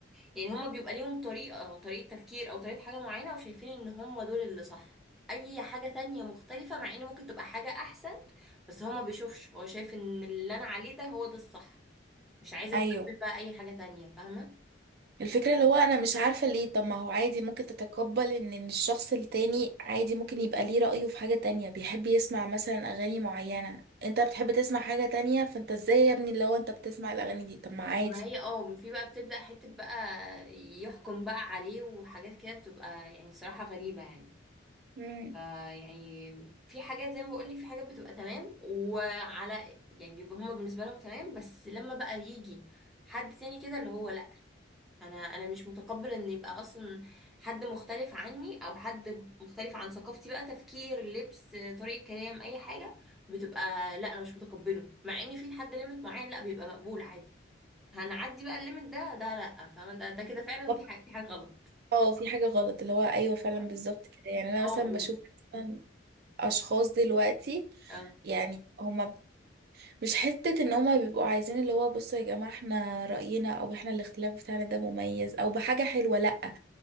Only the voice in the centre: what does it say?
يعني هم بيبقى ليهم طريقة طريقة تفكير او طريقة حاجة معينة وشايفين ان هم دول اللي صح اي حاجة تانية مختلفة مع ان ممكن تبقى حاجة احسن بس هو ما بيشوفش هو شايف ان اللي انا عليه ده هو ده الصح مش عايزة
تقبل بقى أي حاجة تانية فاهمة
ما هي اه في بقى بتبدأ حتة بقى يحكم بقى عليه وحاجات كده بتبقى يعني صراحة غريبة يعني
فا يعني في حاجات زي ما بقولك في حاجات بتبقى تمام وعلى يعني بيبقى هما بالنسبة لهم تمام بس لما بقى يجي حد تاني كده اللي هو انا انا مش متقبل ان يبقى اصلا حد مختلف عني او حد مختلف عن ثقافتي بقى تفكير لبس طريقة كلام اي حاجة بتبقى لا انا مش متقبله مع ان في لحد ليميت معين لا بيبقى مقبول عادي هنعدي بقى الليميت ده ده لا فاهمة ده ده كده فعلا
في حاجة في حاجة غلط
فاهمة
اه
و-
اه